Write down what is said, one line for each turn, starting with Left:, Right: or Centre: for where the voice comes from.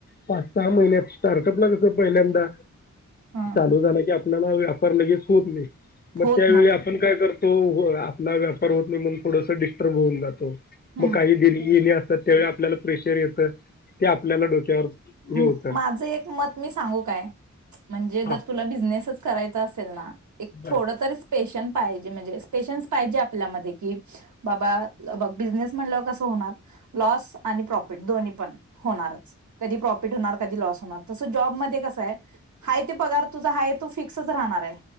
Left: पाच सहा महिन्यात स्टार्कत ला कसं पहिल्यांदा.
Right: ह
Left: चालू झाला की आपल्याला व्यापार लगेच होत नाही मग
Right: होत
Left: त्यावेळी
Right: नाही
Left: आपण काय करत. तो हो आपला व्यापार होत नाही म्हण थोडस डिस्टर्ब होऊन जातो
Right: हम्म
Left: म काही दि येणे असतात. त्यावेळी आपल्याला प्रेशर येतं ते आपल्याला डोक्यावर
Right: अम
Left: हे होतं
Right: माझं एक मत मी सांगू काय? म्हणजे
Left: हा
Right: जर तुला बिझनेसच करायचा असेल ना एक
Left: बरं
Right: थोड तरी पेशन पाहीजे म्हणजे पेशन्स पाहीजे आपल्या मधे की बाबा ल ब बिजनेस म्हणल कस होणार लॉस आणि प्रॉफिट दोन्ही पण होणारच. प्रॉकीट होणार कधी लॉस होणार तस जॉबमधे कस कस हे हाय ते पणार तुझा हाय तो फिक्सच राहणार हाय